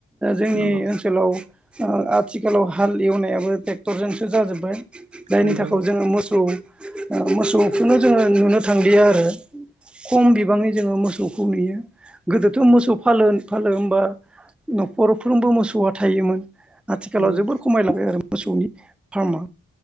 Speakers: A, in the centre; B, on the right (about 60°).
A: जोंनि
B: नंगौ
A: ओनसोलाव ओ आथिखालाव हाल एवनायाबो ट्रेक्टरजोंसो जाजोब्बाय जायनि
B: नंगौ
A: थाखाय जोङो मोसौ मोसौखौनो जोङो नुनो थांलिया आरो खम बिबाङै जोङो मोसौखौ नुयो गोदोथ' मोसौ फालो फालो होमबा न'खरफ्रोमबो मोसौआ थायोमोन आथिखालाव
B: नंगौ
A: जोबोर खमायलांबाय आरो मोसौनि फार्मा।